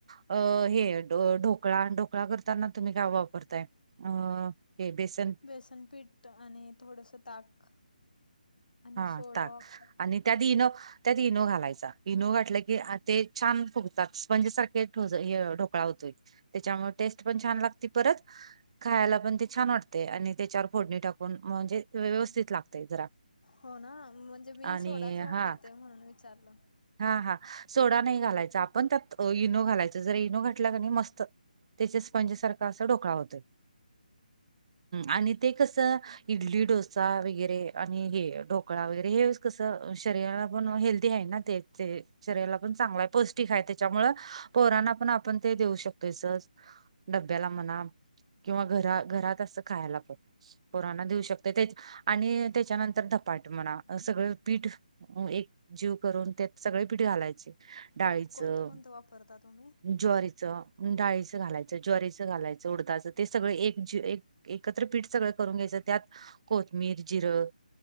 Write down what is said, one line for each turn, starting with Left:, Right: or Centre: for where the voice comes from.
Right: अ हे ढोकळा ढोक ढोकळा करताना तुम्ही काय वापरताय अ हे बेस
Left: बेसन पीठ आणि थोडस ताक आणि
Right: हा
Left: सोडा
Right: ताक
Left: वापर
Right: आणि त्यात इनो त्यात इनो घालायचा इनो घाटला की ते छान फुगतात म्हणजे स्पंज सारखा हा ढोकळा होतोय. त्याच्यामुळे टेस्ट पण छान लागती परत खायला पण ते छान वाटते आणि त्याच्यावर फोडणी टाकून म्हणजे व्यवस्थित लागते जरा.
Left: हो ना म्हणजे मी
Right: आणि
Left: सोडाच वापरते
Right: हा
Left: म्हणून विचारलं.
Right: हा हा सोडा नाही घालायचा आपण त्यात इनू घालायचं जर इनू घाटला क नाही मस्त त्याच्या स्पंजसारखा असा ढोकळा होतोय आणि ते कसं इडली डोसा वगैरे आणि हे ढोकळा वगैरे हे कसं शरीराला पण हेल् दी आहे ना ते ते शरीराला पण चांगला आहे, पौष्टिक आहे त्याच्यामुळे पोरांना पण आपण ते देऊ शकतोयस. डब्याला म्हणा किंवा घरा घरात असं खायला पण. पोरांना देऊ शकते ते आणि त्याच्यानंतर धपाट म्हणा सगळं पीठ ओ एक जीव करून त्यात सगळे पिठ घालायचे. डाळीचा,
Left: कोणतं कोणतं वापरता तुम्ही?
Right: ज्वारीचा डाळीचं घालायचं, ज्वारीचा घालायचं, उडदाचं ते सगळं एक जीव एक एकत्र पीठ सगळं करून घ्यायचं त्यात कोथमीर, जिरं